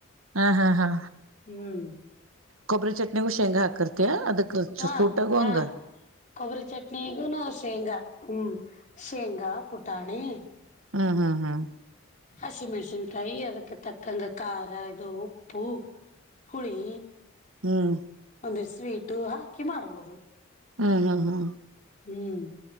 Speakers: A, on the right; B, on the left.
A: ಹಾ ಹಾ ಹಾ-
B: ಹ್ಮ್-
A: ಕೊಬ್ಬರಿ ಚಟ್ನಿಗು ಶೇಂಗ ಹಾಕಿರ್ತಯ ಅದಕ್
B: ಹಾ
A: ಸೂಟಗ
B: ಹಾ
A: ಹಂಗ.
B: ಕೊಬ್ಬರಿ ಚಟ್ನಿಗ ನ ಶೇಂಗಾ ಹ್ಮ್ ಶೇಂಗಾ ಪುಟಾಣಿ.
A: ಹ್ಮ ಹಾ ಹಾ-
B: ಹಸಿಮೆಣಸಿನ್ಕಾಯಿ ಅದಕ್ಕೆ ತಕ್ಕಂಗ ಖಾರ ಇದು ಉಪ್ಪು. ಹುಳಿ.
A: ಹ್ಮ್-
B: ಒಂದಸ್ ಸ್ವೀಟು ಹಾಕಿ ಮಾಡ್ಬೋದು.
A: ಹಾ ಹಾ ಹಾ-
B: ಹ್ಮ್ -